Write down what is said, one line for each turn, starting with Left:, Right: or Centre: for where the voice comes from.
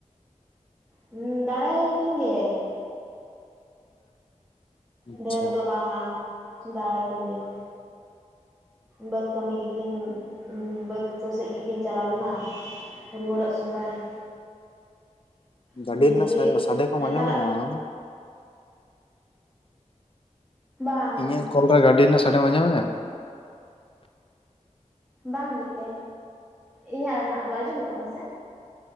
Centre: ᱦᱩᱸ ᱫᱟᱲᱮᱠᱤᱱ ᱜᱮ ᱾
Left: ᱟᱪᱪᱷᱟ
Centre: ᱰᱷᱮᱨ ᱫᱚ ᱵᱟᱝᱼᱟ ᱫᱟᱲᱮ ᱠᱤᱱ ᱜᱮ ᱾ ᱵᱟᱹᱫᱽ ᱠᱟᱹᱢᱤ ᱜᱮᱠᱤᱱ, ᱵᱟᱹᱫᱽ ᱠᱚ ᱥᱮᱫ ᱜᱮᱠᱤᱱ ᱪᱟᱞᱟᱣ ᱞᱮᱱᱟ ᱾ ᱨᱩᱣᱟᱹᱲᱚᱜ ᱥᱚᱢᱚᱭ ᱾
Left: ᱜᱟᱹᱰᱤ
Centre: ᱵᱤᱡᱽᱞᱤ
Left: ᱨᱮᱱᱟᱜ ᱥᱟᱭᱟ ᱥᱟᱰᱮ ᱠᱚᱢ
Centre: ᱱᱮᱛᱟᱨᱟᱜ
Left: ᱟᱸᱡᱚᱢᱮᱫᱼᱟ, ᱟᱢ?
Centre: ᱵᱟᱝᱟ
Left: ᱤᱧᱟᱹᱜ ᱠᱚᱞ ᱨᱮ ᱜᱟᱹᱰᱤ ᱨᱮᱱᱟᱜ ᱥᱟᱰᱮᱢ ᱟᱸᱡᱚᱢᱮᱫᱼᱟ?
Centre: ᱵᱟᱝ ᱜᱮ, ᱤᱧᱟᱹᱜ ᱨᱮᱱᱟᱜ ᱫᱚ ᱟᱸᱡᱚᱢᱚᱜ ᱠᱟᱱᱟ ᱥᱮ?